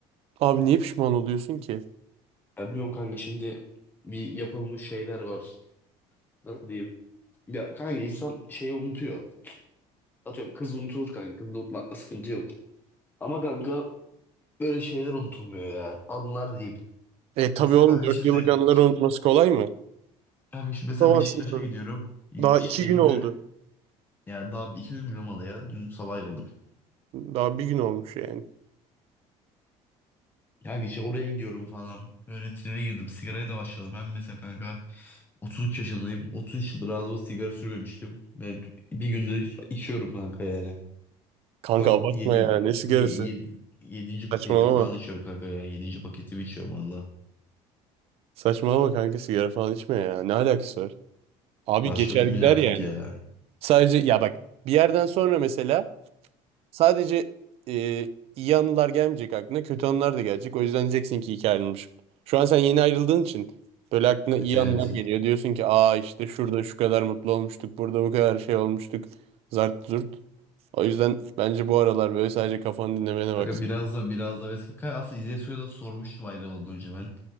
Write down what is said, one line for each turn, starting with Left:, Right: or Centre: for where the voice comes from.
Right: Abi niye pişman oluyorsun ki?
Left: Ya bilmiyorum kanka şimdi bir yapılmış şeyler var. Nasıl diyeyim? Ya kanka insan şeyi unutuyor. Atıyorum kız unutulur kanka. Kızı unutmakla sıkıntı yok. Ama kanka böyle şeyler unutulmuyor ya. Anılar diyeyim.
Right: E tabii
Left: Mesela
Right: oğlum
Left: kanka
Right: 4
Left: şimdi
Right: yıllık anıları unutması kolay mı?
Left: kanka şimdi
Right: Unutamazsın
Left: mesela Beşiktaş'a
Right: tabii.
Left: gidiyorum. Y-
Right: Daha
Left: İşte
Right: 2
Left: evin
Right: gün oldu.
Left: ön- ya daha iki gün bile olmadı ya. Dün sabah ayrıldık.
Right: Daha bir gün olmuş yani.
Left: Kanka işte oraya gidiyorum falan. Böyle tribe girdim. Sigaraya da başladım. Ben mesela kanka 33 yaşındayım. 33 yıldır ağzıma sigara sürmemiştim. Ben bir gündür iç- içiyorum kanka yani.
Right: Kanka
Left: Şu an
Right: abartma
Left: yedi
Right: ya. Ne sigarası?
Left: yedi, yedinci paketi
Right: Saçmalama.
Left: falan içiyorum kanka ya. 7. paketimi içiyorum valla.
Right: Saçmalama kanka sigara falan içme ya. Ne alakası var? Abi
Left: Başladım
Right: geçer gider
Left: bile artık
Right: yani.
Left: ya.
Right: Sadece ya bak bir yerden sonra mesela sadece e, iyi anılar gelmeyecek aklına kötü anılar da gelecek. O yüzden diyeceksin ki iyi ki ayrılmışım. Şu an sen yeni ayrıldığın için böyle aklına iyi
Left: Evet evet.
Right: anılar geliyor. Diyorsun ki aa işte şurada şu kadar mutlu olmuştuk. Burada bu kadar şey olmuştuk. Zart zurt. O yüzden bence bu aralar böyle sadece kafanı dinlemene
Left: Kanka
Right: bak.
Left: biraz da biraz da vesaire. Kanka aslında İzzet Su'ya da sormuştum ayrılmadan önce ben.